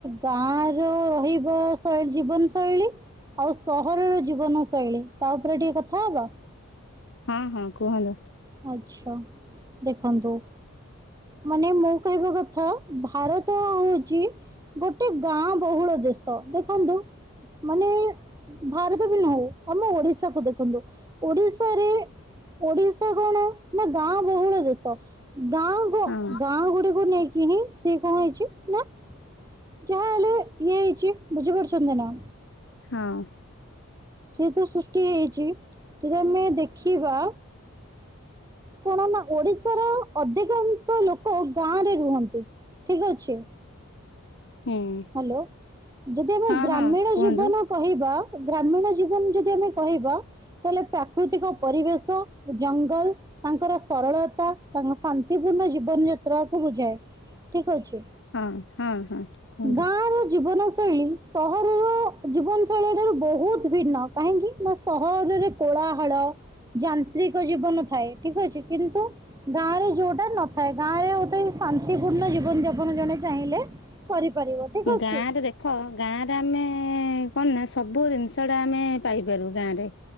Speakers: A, on the right; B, on the left.
A: ଗାଁ ର ରହିବ ଶୈଳୀ ଜୀବନ ଶୈଳୀ। ଆଉ ସହରର ଜୀବନ ଶୈଳୀ ତା ଉପରେ ଟିକେ କଥା ହବ।
B: ହଁ ହଁ କୁହନ୍ତୁ?
A: ଆଚ୍ଛା ଦେଖନ୍ତୁ? ମାନେ ମୁଁ କହିବା କଥା ଭାରତ ହଉଛି ଗୋଟେ ଗାଁ ବହୁଳ ଦେଶ ଦେଖନ୍ତୁ ମାନେ ଭାରତ ବି ନ ହଉ ଆମ ଓଡିଶାକୁ ଦେଖନ୍ତୁ ଓଡିଶାରେ ଓଡ଼ି ତା କଣ ନା ଗାଁ ବହୁଳ ଦେଶ। ଗାଁ ଗ
B: ହଁ
A: ଗାଁ ଗୁଡିକୁ ନେଇକି ହିଁ ସେ କଣ ହେଇଛି ନା ଯାହା ହେଲେ ଇଏ ହେଇଚି ବୁଝିପାରୁଚନ୍ତି ନା?
B: ହଁ।
A: ଯେହେତୁ ସୃଷ୍ଟି ହେଇଚି ଯଦି ଆମେ ଦେଖିବା କଣ ନା ଓଡିଶାର ଅଧିକାଂଶ ଲୋକ ଗାଁରେ ରୁହନ୍ତି ଠିକି ଅଛି।
B: ହୁଁ
A: ହ୍ୟାଲୋ ଯଦି ଆମେ
B: ହଁ
A: ଗ୍ରାମୀଣ
B: ହଁ କୁହନ୍ତୁ।
A: ଜୀବନ କହିବା ଗ୍ରାମୀଣ ଜୀବନ ଯଦି ଆମେ କହିବା ତାହେଲେ ପ୍ରାକୃତିକ ପରିବେଶ ଜଙ୍ଗଲ ତାଙ୍କର ସରଳତା ତାଙ୍କ ଶାନ୍ତିପୂର୍ଣ୍ଣ ଜୀବନ ଯାତ୍ରାକୁ ବୁଝାଏ ଠିକି ଅଛି।
B: ହଁ ହଁ ହଁ। କୁହନ୍ତୁ
A: ଗାଁ ର ଜୀବନ ଶୈଳୀ ସହରର ଜୀବନଶୈଳି ଠାରୁ ବହୁତୁ ଭିନ୍ନ କାହିଁକି ନା ସହରରେ କୋଳାହାଳ ଯାନ୍ତ୍ରିକ ଜୀବନ ଥାଏ ଠିକି ଅଛି କିନ୍ତୁ ଗାଁ ରେ ଯୋଉଟା ନଥାଏ ଗାଁ ରେ ଗୋଟେ ଶାନ୍ତିପୂର୍ଣ୍ଣ ଜୀବନ ଯାପନ ଜଣେ ଚାହିଁଲେ କରିପାରିବ। ଠିକ୍ ଅଛି
B: ଗାଁରେ ଦେ ଦେଖ ଗାଁରେ ଆମେ କଣ ନା ସବୁ ଜିନିଷଟା ଆମେ ପାଇପାରୁ ଗାଁରେ।